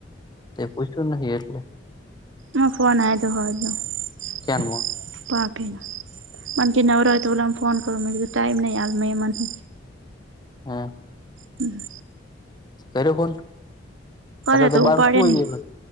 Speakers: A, on the left; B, on the right.
A: તે પૂછ્યું નહીં એટલે.
B: આ ફોન આયો તો અહદ નો. <unintelligible>
A: ક્યાનમાં
B: ભીનો. મન કે નવરા હોય તો ઓલાને ફોન કરો, મે કીધું ટાઈમ નહીં, હાલ મેહમાન હે.
A: હમ્મ.
B: હમ્મ.
A: કયરો ફોન?
B: કરે
A: અતાર તો બહાર
B: ઉપાડ્યો
A: કોઈ
B: નહી
A: <unintelligible>